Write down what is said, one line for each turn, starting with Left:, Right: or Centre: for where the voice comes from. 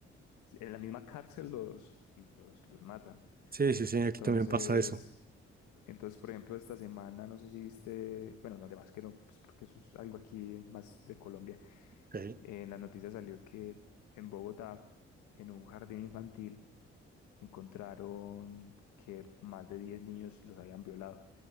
Left: en la misma cárcel los, los, los matan.
Right: Sí, sí, sí,
Left: Entonces,
Right: aquí también pasa eso.
Left: entonces, por ejemplo, esta semana, no sé si viste, bueno, además que no, pues porque eso es algo aquí más de Colombia
Right: Ok.
Left: eh, En la noticia salió que en Bogotá, en un jardín infantil, encontraron que más de 10 niños los habían violado